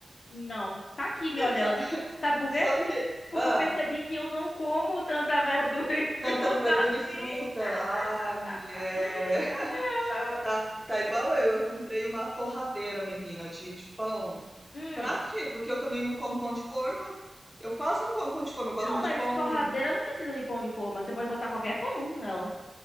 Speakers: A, on the left; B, in the centre.
A: Não. Tá aqui me olhando.
B: Sa- <laughs>
A: Sabe por quê?
B: Sabe o que?
A: Porque
B: Ah,
A: eu percebi que eu não como tanta verdura e <laughs> fruta
B: tanta verdura
A: assim.
B: e fruta.
A: <laughs>
B: Ai, mulher. <laughs> Tá, tá igual eu. Eu comprei uma torradeira, menina, de, de pão.
A: Hum.
B: Pra quê? Porque eu também não como pão de forma. Eu quase não como pão de forma. Eu gosto
A: Não,
B: mais
A: mas
B: de pão.
A: torradeira não precisa de pão de forma. Você pode botar qualquer pão nela.